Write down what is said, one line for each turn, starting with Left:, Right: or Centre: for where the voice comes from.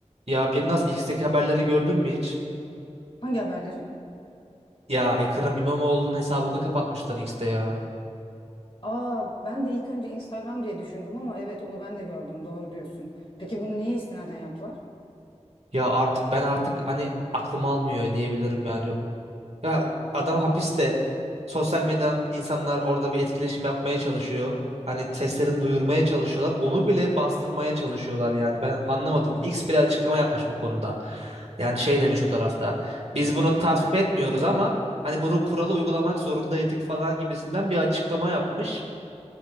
Right: Ya Birnaz X'teki haberleri gördün mü hiç?
Left: Hangi haberleri?
Right: Ya Ekrem İmamoğlu'nun hesabını kapatmışlar X'te ya.
Left: Aa, ben de ilk önce Instagram diye düşündüm ama evet onu ben de gördüm. Doğru diyorsun. Peki bunu neye istinaden yaptılar?
Right: Ya artık ben artık hani aklım almıyor diyebilirim yani. Ya adam hapiste. Sosyal medyadan insanlar orada bir etkileşim yapmaya çalışıyor. Hani seslerini duyurmaya çalışıyorlar. Onu bile bastırmaya çalışıyorlar yani. Ben anlamadım. X bile açıklama yapmış bu konuda. Yani şey demiş o tarafta. Biz
Left: Ne
Right: bunu
Left: demişler?
Right: tasvip etmiyoruz ama hani bunu kuralı uygulamak zorundaydık falan gibisinden bir açıklama yapmış.